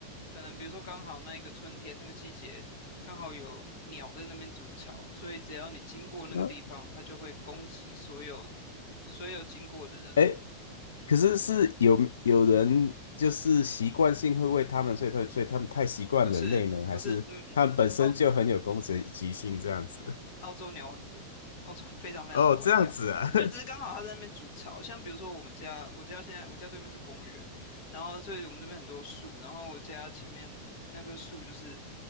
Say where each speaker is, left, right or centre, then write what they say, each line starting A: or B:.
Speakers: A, on the left; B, on the left.
A: 可能比如说刚好那一个春天那个季节，刚好有鸟在那边筑巢，所以只要你经过那个地方，
B: 啊，
A: 它就会攻击所有所有经过的人。
B: 哎，可是是有有人就是习惯性会喂他们，所以他所以他们太习惯人类呢，
A: 不是不是，
B: 还是他们本身就很有攻击性这样子？
A: 嗯，澳澳洲鸟很多，澳洲非常非常多的鸟，
B: <laughs> 哦，这样子啊，<laughs>
A: 就只是刚好它在那边筑巢。像比如说我们家，我家现在我家对面是公园，然后所以我们这边很多树，然后我家前面那棵树就是